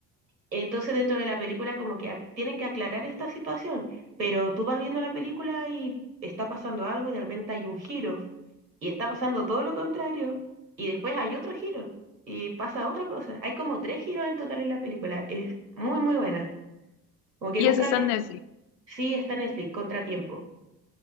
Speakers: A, on the right; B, on the left.
A: Entonces dentro de la película como que ac- tienen que aclarar esta situación, pero tú vas viendo la película y está pasando algo y de repente hay un giro y está pasando todo lo contrario y después hay otro giro y pasa otra cosa. Hay como tres giros en total en la película. Es muy muy buena. Como que
B: Y
A: nunca
B: eso está
A: te...
B: en
A: Sí.
B: Netflix.
A: Sí, está en Netflix, Contratiempo.